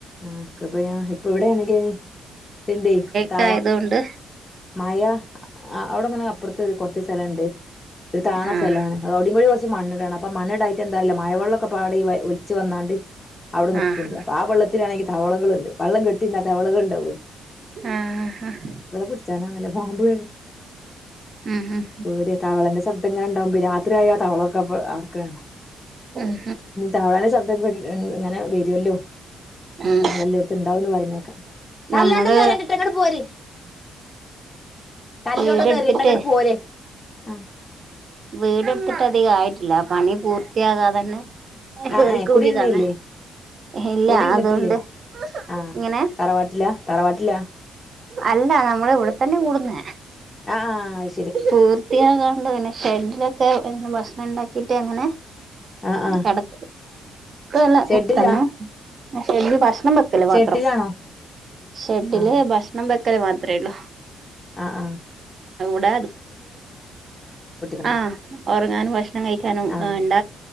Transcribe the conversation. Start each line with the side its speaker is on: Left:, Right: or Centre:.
Left: ആഹ് ക് ഇപ്പ ഞാൻ ഇപ്പൊ ഇവിടെയാണെങ്കിനി <unintelligible>
Right: ഇതായതൊണ്ട്
Left: മഴ അവിടെങ്ങനെ അപ്പുറത്ത് ഒരു കുറച്ച് സ്ഥലണ്ട്, ഒരു താണ
Right: ആഹ്
Left: സ്ഥലമാണ് അവിടെംകൂടി കുറച്ച് മണ്ണിടണം അപ്പ മണ്ണണ്ടായിട്ട് എന്താല്ലേ മഴവള്ളം പാടെ ഒലിച്ച് വന്നാണ്ട് അവിടെ നിക്കില്ലാ
Right: ആഹ് ആഹ്
Left: അപ്പൊ ആ വെള്ളത്തിലാണെങ്കിൽ തവളകൾണ്ട്, വെള്ളം കെട്ട ട്ടി നിന്നാ തവളകളുണ്ടാവുവല്ലോ
Right: ആഹ് ആഹ് ആഹ്
Left: പിടിച്ചാനാണല്ലോ പാമ്പ്
Right: ഉം ഉം
Left: ഇവിടെ തവളന്റെ ശബ്ദംങ്ങനെണ്ടാകും രാത്രിആയാ തവളൊക്കെ കേ
Right: ഉം
Left: തവൾടെ ശബ്ദം കേട്ടിട്ട് ഇങ്ങനെ വരുമല്ലോ
Right: ഉം
Left: തവളെല്ലാടുത്തും ഇണ്ടാവുന്ന് പറണേക്കാം <unintelligible>
Right: നമ്മള്
Left: ഇങ്ങോട്ട് പോര് കല്ലോണ്ടന്ന്റിണ്ട
Right: വീടെടുത്തിട്ട്
Left: ഇങ്ങോട്ട് പോര് ആഹ്
Right: വീടെടുത്തിട്ട് അധിക ആയിട്ടില്ല പണി പൂർത്തിയാകാതെ തന്നെ
Left: ആ
Right: കേറിക്കൂടിയതാണ്.
Left: ഏ കുടിയിരുന്നില്ലേ
Right: ഇല്ല,
Left: കുടിയിരുന്നിട്ടില്ലേ
Right: അതുകൊണ്ട്
Left: ആഹ്
Right: ഇങ്ങനെ
Left: തറവാട്ടിലാ തറവാട്ടിലാ
Right: അല്ല നമ്മള് ഇവിടെത്തന്നെ കൂടുന്നേ
Left: ആഹ് അഹ്
Right: പൂർത്തിയാകാണ്ട് പിനെ ഷെഡിലൊക്കെ ഇങ്ങനെ ഭക്ഷണം ഉണ്ടാക്കിട്ട് അങ്ങനെ
Left: ആ ആ
Right: കട ഇല്ല
Left: ഷെഡിലാ
Right: തന്നെ ഷെഡില് ഭക്ഷണം വെക്കല്
Left: ഷെഡിലാണോ
Right: മാത്രം- ഷെഡില്
Left: ആ
Right: ഭക്ഷണം വെക്കല് മാത്രേ ഉള്ളൂ.
Left: ആഹ്
Right: പോല
Left: തന്നെ
Right: ആ ഉറങ്ങാനും ഭക്ഷണം കഴിക്കാനും
Left: ആ
Right: ഉണ്ട